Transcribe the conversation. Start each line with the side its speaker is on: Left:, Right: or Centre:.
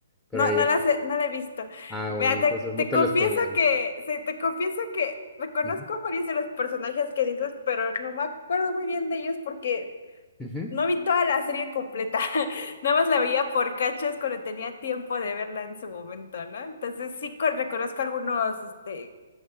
Centre: pero
Left: No,
Centre: ahí
Left: no
Centre: es.
Left: las he, no la he visto.
Centre: Ah, bueno,
Left: Mira, te,
Centre: entonces no
Left: te
Centre: te
Left: confieso
Centre: la spoileo.
Left: que, sí, te confieso que reconozco
Centre: Ujú,
Left: varios de los personajes que dices, pero no me acuerdo muy bien de ellos porque
Centre: ujú.
Left: No vi toda la serie completa, <laughs> nada más la veía por cachos cuando tenía tiempo de verla en su momento, ¿no? Entonces sí co- reconozco algunos, este,